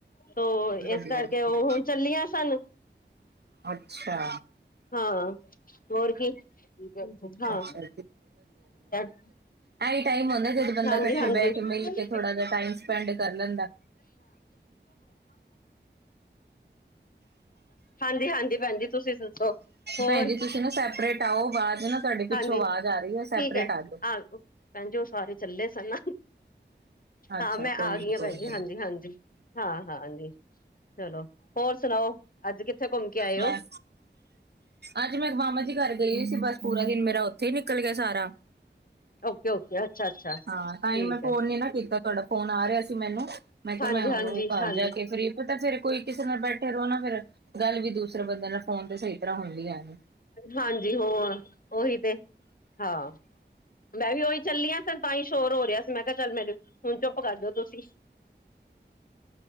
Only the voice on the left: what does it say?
ਤੋਂ
ਇਸ ਕਰਕੇ
ਉਹ ਹੁਣ ਚਲੀਆਂ ਸਨ।
ਹਾਂ ਹੋਰ ਕੀ ਹਾਂ
<unintelligible>
ਹਾਂਜੀ-ਹਾਂਜੀ
ਹਾਂ।
ਤੁਸੀਂ
ਹਾਂਜੀ-ਹਾਂਜੀ ਭੈਣਜੀ ਤੁਸੀਂ ਦੱਸੋ ਹੋਰ
ਹਾਂਜੀ
ਠੀਕ
ਹੈ
ਆ ਭੈਣਜੀ ਓ ਸਾਰੇ ਚੱਲੇ ਸਨ
ਹਾਂ ਮੈਂ
ਆ
ਗਈ ਹਾਂ
ਭੈਣ ਜ
ਹਾਂਜੀ-ਹਾਂਜੀ। ਹਾਂ ਹਾਂਜੀ ਚਲੋ ਹੋਰ ਸੁਨਾਓ ਅੱਜ ਕਿੱਥੇ ਘੁੰਮ ਕੇ ਆਏ
ਹੋ?
ਓਕੇ ਓਕੇ ਅੱਛਾ ਅੱਛਾ ਠੀਕ
ਹੈ
ਹਾਂਜੀ
ਹਾਂਜੀ
ਹਾਂਜੀ
ਹਾਂਜੀ ਹੋਰ ਉਹੀ ਤੇ ਹਾਂ। ਮੈਂ ਵੀ ਓਹੀ ਚੱਲੀ ਆ ਸਨ ਤਾਂ ਹੀ ਸ਼ੋਰ ਹੋ ਰਿਹਾ ਸੀ ਮੈਂ ਕਿਹਾ ਚੱਲ ਮੇਰੇ ਹੁਨ ਚੁੱਪ ਕਰ ਜੋ ਤੁਸੀਂ।